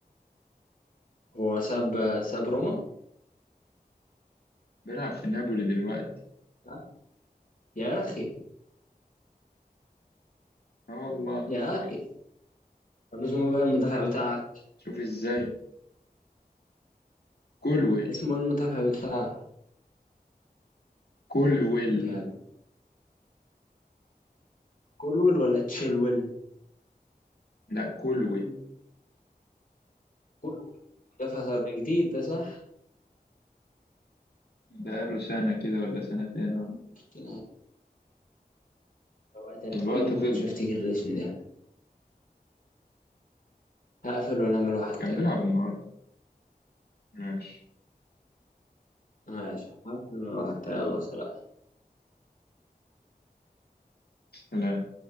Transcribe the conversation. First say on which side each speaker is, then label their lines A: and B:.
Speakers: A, on the left; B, on the left.
A: هو ساب ساب روما
B: بيلعب في نابولي دلوقتي
A: ها؟ يا اخي
B: اه والله
A: يا اخي طب اسمه إيه بقى المدافع بتاعك
B: شوف ازاي كولويل
A: اسمه ايه المدافع بتاعك
B: كولويل
A: يا كولويل ولا تشيلويل
B: لا كولويل
A: كولويل ده فصل ده جديد ده صح
B: بقاله سنة كده ولا سنتين اه
A: قلت لها لو قتلتني
B: الوقت
A: ما
B: خلص
A: كنتش هفتكر الاسم ده هقفل ونعمل واحد تاني
B: كان بيلعب النهارده ماشي
A: ماشي هقفل ونعمل واحد تاني يلا سلام
B: سلام